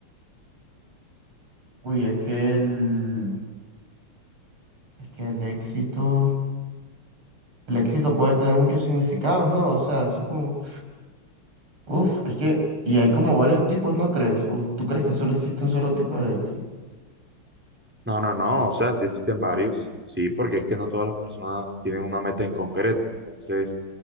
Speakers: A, on the right (about 85°); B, in the centre.
A: Uy, es que el, es que el éxito, el éxito puede tener muchos significados, ¿no? O sea, eso es como, uf, es que, y hay como varios tipos, ¿no crees? ¿O tú crees que solo existe un solo tipo de éxito?
B: No, no, no, o sea, sí existen varios, sí, porque es que no todas las personas tienen una meta en concreto, entonces